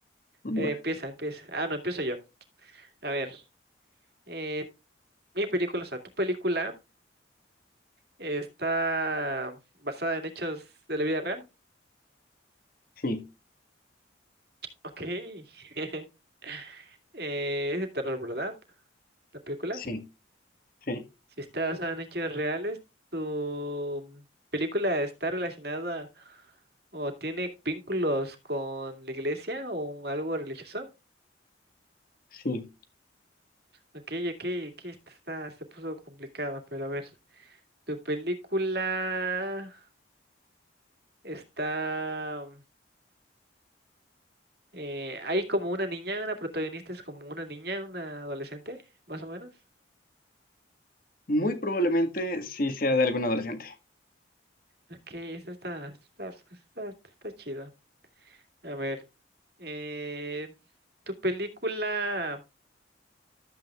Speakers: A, on the left; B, on the right.
A: Va.
B: Eh, empieza, empieza. Ah, no, empiezo yo. A ver, eh, mi película, o sea, tu película está basada en hechos de la vida real.
A: Sí,
B: Ok. <laughs> Eh, es de terror, ¿verdad? La película.
A: sí, sí,
B: Si está basada en hechos reales, ¿tu película está relacionada o tiene vínculos con la iglesia o algo religioso?
A: sí.
B: Ok, ok, aquí está, está- se puso complicado, pero a ver, tu película está... eh, hay como una niña, una protagonista es como una niña, una adolescente, más o menos.
A: Muy probablemente sí sea de algún adolescente.
B: Ok, esta está, esta está, esta está, esta está chido. A ver, eh, tu película...